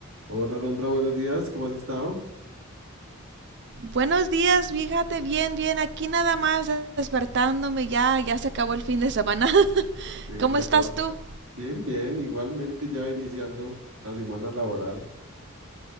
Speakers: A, on the right; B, on the right.
A: Hola Alondra, buenos días, ¿cómo has estado?
B: Buenos días, fíjate bien, bien, aquí nada más despertándome, ya, ya se acabó el fin de semana. <laughs>
A: Sí,
B: ¿Cómo
A: se
B: estás
A: acabó.
B: tú?
A: Bien, bien, igualmente ya iniciando la semana laboral,